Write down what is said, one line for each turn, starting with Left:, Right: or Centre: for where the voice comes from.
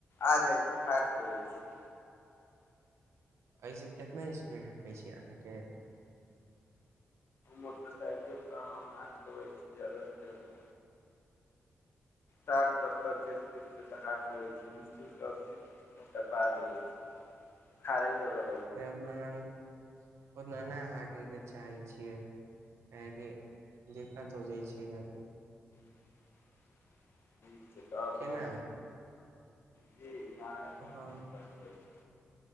Left: आ जाइत छै हाथ धोबै छै
Right: एहिसँ केतना स्पीड हाकै छी अहाँके
Left: मोटरसाइकिल तऽ हम हाथ लेबै छी जा्यदासँ जा्यदा साठ सत्तर के स्पीड से त हात <unintelligible> ले छै मुश्किल से अस्सी पा देे छै खारी जब <unintelligible>
Right: अे उतना ओतना नहि हाके के चाहै छियै काहेकि दिक्कत हो जाइ छै बादमे
Left: <inaudible> <inaudible> नीक छै तब
Right: केना
Left: न जी ई अहाँ एकदम
Right: हँ
Left: नीक बात कहै छी